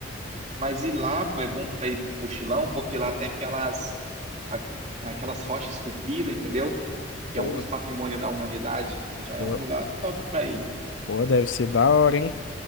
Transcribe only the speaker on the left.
Pô,
pô,
pô, deve ser da hora, hein?